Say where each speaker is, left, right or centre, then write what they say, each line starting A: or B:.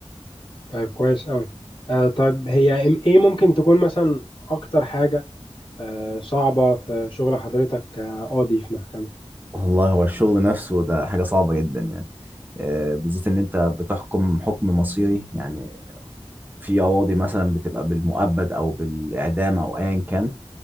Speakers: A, on the left (about 50°); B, on the right (about 15°).
A: طيب كويس أوي آه، طيب هي إم- إيه ممكن تكون مثلا أكتر حاجة آه، صعبة في شغل حضرتك كقاضي في محكمة
B: والله هو الشغل نفسه ده حاجه صعبه جدا يعني آه، بالذات ان انت بتحكم حكم مصيري يعني في قواضي مثلا بتبقى بالمؤبد او بالاعدام او ايا كان